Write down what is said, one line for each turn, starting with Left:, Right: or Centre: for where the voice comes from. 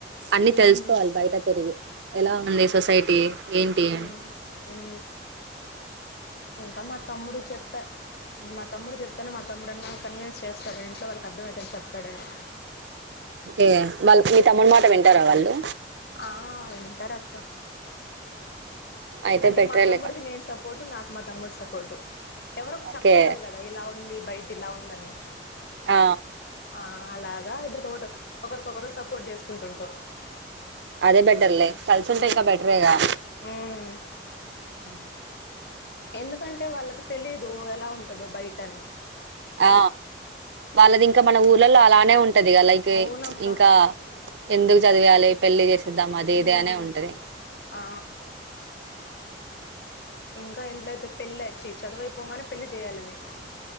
Right: అన్ని
Left: మ్మ్
Right: తెలుసుకోవాలి బయట తిరిగి ఎలా ఉంది సొసైటీ ఏంటి అని
Left: ఉ ఉ ఇంకా మా తమ్ముడు చెప్పా మా తమ్ముడు చెప్తానే మా తమ్ముడు అన్నా కన్విన్స్ చేస్తాడు ఇంట్లో వాళ్ళకి అర్థమయెతట్టు చెప్తాడని
Right: ఏ వాళ్ళకి మీ తమ్ముడు మాట వింటారా వాళ్ళు
Left: ఆ వింటారక్క
Right: అయితే
Left: అంటే
Right: బెటరేలే
Left: మా తమ్ముడికి
Right: కానీ
Left: నేను సపోర్టు నాకు మా తమ్ముడు సపోర్టు ఎవరో ఒకర్
Right: ఓకే
Left: చెప్తుండాలి కదా ఇలా ఉంది బయట ఇలా ఉందని
Right: ఆ
Left: ఆ అలాగా ఇద్దరికొకటు ఒకరికొకరు సపోర్ట్ చేసుకుంటుంటాం
Right: అదే బెటర్లే కలిసుంటే
Left: ఉమ్
Right: ఇంకా బెటరే గా
Left: ఉమ్
Right: ఉ
Left: ఎందుకంటే వాళ్ళకి తెలిదు ఎలా ఉంటదో బయట అని
Right: ఆ వాళ్ళది ఇంకా మన ఊర్లలో అలానే ఉంటదిగా లైక్
Left: అవునక్క
Right: ఎ ఇంకా ఎందుకు చదివియాలి పెళ్లి చేసేద్దాం అది
Left: ఉమ్
Right: ఇది అనే ఉంటది
Left: ఆ ఇంకా ఇంట్లో అయితే పెళ్ళి చ్చి చదువైపోగానే పెళ్లి చేయాలని